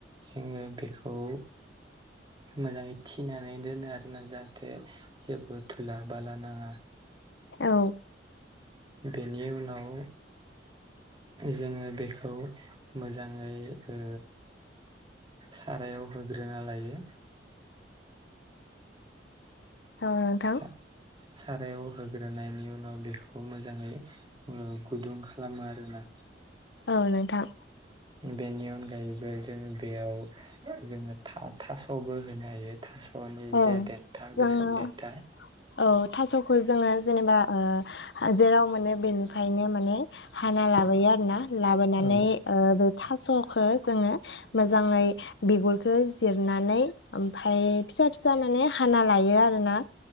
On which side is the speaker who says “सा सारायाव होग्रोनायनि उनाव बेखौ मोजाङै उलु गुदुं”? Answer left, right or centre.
Right